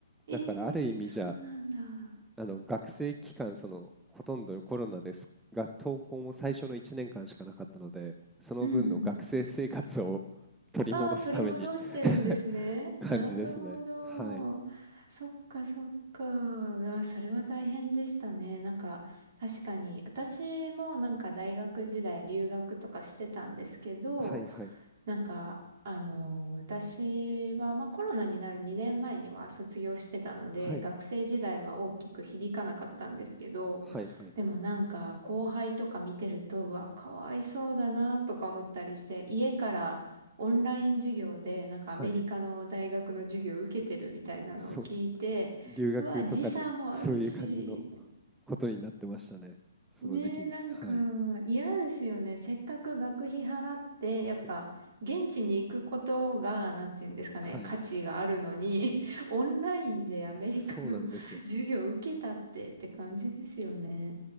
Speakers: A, on the right; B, in the centre.
A: えー、
B: だからある意味じゃ
A: そうなんだ。
B: あの学生期間、そのほとんどコロナですが、登校も最初の1年間しかなかったので、その分の学生生活を
A: うん、うん。
B: <laughs> 取り戻すために
A: ああ、取り戻してるんですね。
B: <laughs> 感じですね。
A: なるほど。
B: はい。
A: そっかそっか。ああ、それは大変でしたね。なんか、確かに。私もなんか大学時代留学とかしてたんですけど、
B: はいはい。
A: なんか、あのー私は、まあ、コロナになる2年前には卒業してたので、
B: はい。
A: 学生時代は大きく響かなかったんですけど、
B: はいはい。
A: でもなんか後輩とか見てると、うわ、かわいそうだなとか思ったりして、家からオンライン授業でなんかアメリカの大学の授業を受けてるみたいなのを聞いて、
B: はい。そう、留学とかで、
A: うわ、時差もあるし、
B: そういう感じのことになってましたね。その時期に。
A: ねえ、なんか
B: はい。
A: 嫌ですよね。せっかく学費払って、やっぱ現地に行くことが、
B: え
A: なんていうんですかね、
B: はい。
A: 価値があるのに、<laughs> オンラインでアメリカの
B: そうなんですよ。
A: <laughs> 授業を受けたってって感じですよね。